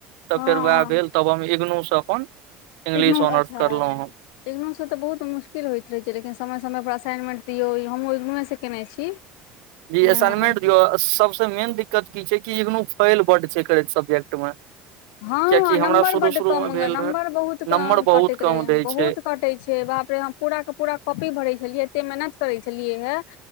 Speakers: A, on the right; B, on the left.
A: तऽ
B: हँ
A: फेर उएह भेल तब हम इगनूसँ अपन इंग्लिश
B: इग्नू
A: ऑनर्स
B: अच्छा
A: करलहुँ हम
B: इग्नू सऽ तऽ बहुत मुश्किल होइत रहै छै लेकिन समय समयपर असाइनमेंट दियौ हमहुँ इग्नूसे केयने छी
A: जी असाइनमेंट
B: हँ
A: दियौ सबसँ मेन दिक्कत की छै कि इग्नू फेल बड छै करैत सब्जेक्ट मे
B: हँ
A: कियाकि
B: नम्बर
A: हमरा शुरू
B: बड
A: शुरू
B: कम
A: मे भेल
B: नम्बर
A: रहै
B: बहुत
A: नम्बर बहुत
B: कटैत
A: कम
B: रहै
A: दै
B: बहुत
A: छै
B: कटैत छै बाप बाप रे हम पूरा के पूरा कॉपी भरै छलियै एते मेहनत करै छलियै हे